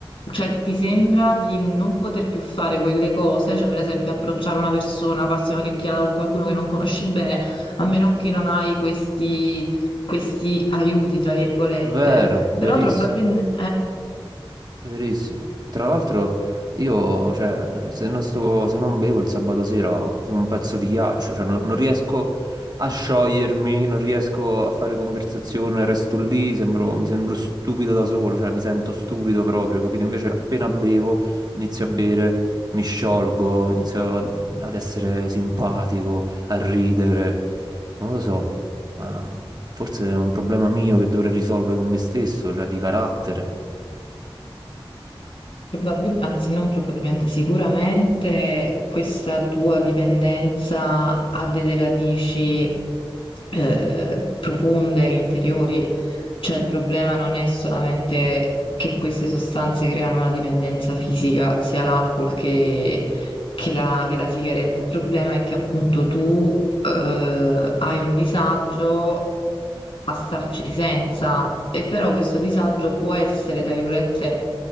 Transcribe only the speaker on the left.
Cioè, ti sembra di non poter più fare quelle cose, cioè per esempio approcciare una persona, farsi una chiacchierata con qualcuno che non conosci bene, a meno che non hai questi, questi aiuti, tra virgolette.
Però probabilmente,
Probabilmente, anzi non probabilmente, sicuramente questa tua dipendenza ha delle radici eh, profonde, interiori, cioè il problema non è solamente che queste sostanze creano una dipendenza fisica, sia l'alcol che, che la, che la sigaretta, il problema è che appunto tu eh, hai un disagio a starci senza e però questo disagio può essere, tra virgolette,